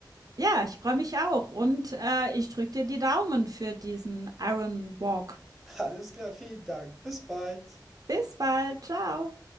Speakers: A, on the right (about 50°); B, in the centre.
A: Ja, ich freue mich auch und, äh, ich drücke dir die Daumen für diesen Iron Walk.
B: <laughs> Alles klar, vielen Dank. Bis bald.
A: Bis bald. Ciao.